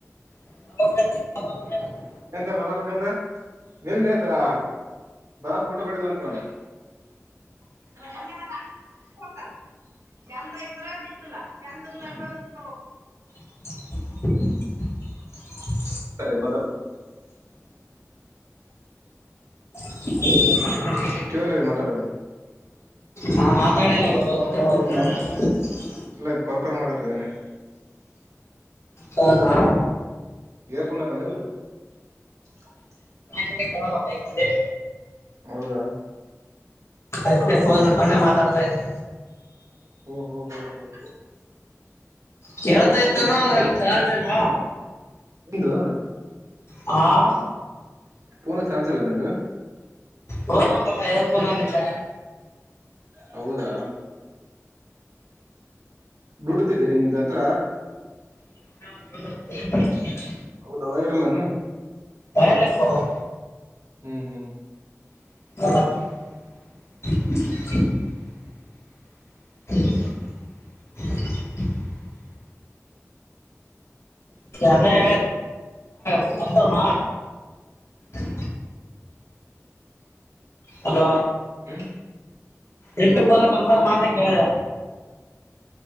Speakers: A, on the left; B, on the right.
A: ಹ <inaudible>
B: ಇಂತ ಮನ ಬೇಕಂದ್ರ ನೆನ್ನೆ ದಿಸಾ ದಡಪಂಗ ಊಟ ಕೊಟ್ಟಿಲ್ಲ ಅಂತೋಡ ಯಾರ ಕೊಡ್ತಾರೆ <inaudible> ಚಂದ ಆಗಿದ್ರ ದಿಕ್ಕಿಲ್ಲ <inaudible>
A: <inaudible>
B: ಸರಿ ಮತ್ತ
A: <inaudible>
B: ಕೇಳಿ ಮಾತಾಡದ
A: ನಾ ಮಾತಾಡಲ್ಲ ಬ್ರೋ <unintelligible>
B: ಇಲ್ಲ ಕೊರ್ಕೊಂಡ ಮಾಡಕತ್ತಿದ್ದೇನೆ
A: ಹ ಹ
B: ಏರ್ಪಣ ಕಣಲ್ಲ <inaudible>
A: ಬೈ ಮೇಲೆ
B: ಹೌದಾ
A: ಅದೆ ಫೋನ್ ಇಡ್ಕೊಂಡೆ ಮಾತಾಡ್ತಾ ಇದ್ದೆ
B: ಹ್ಮ್ ಹ್ಮ್ ಹ್ಮ್ ಹ್ಮ್
A: ಕೇಳ್ತಾ ಇತಾನ ಅದ್ರಲ್ಲಿ ಚಾರ್ಜಿಲ್ಲ
B: ನಿಂದು
A: ಹಾಂ
B: ಪೋನ ಚಾರ್ಜಲ್ಲ ನಿಂದು
A: ಫೋನಲ್ಲಮ್ಮ ಏರ್ ಫೋನಗುತ್ತೆ
B: ಹೌದಾ ಡುತ್ತಿದ್ದನೆ ನಿನ್ ಹತ್ರ
A: ಹ
B: ಹೌದ ವೈರಲ್ಲಾನ
A: ವೈರ್ ಲೇಸ್ ಫೋನ್
B: ಹ್ಮ್ ಹ್ಮ್
A: ಹ ಹ ಅದೇ ಸಂತಣ <inaudible> ಹಲೋ
B: ಹ್ಮ
A: ಎಟ್ಟು ಬರ ಒನ್ಸಾರ್ ಮಾತ ಕಿದೆ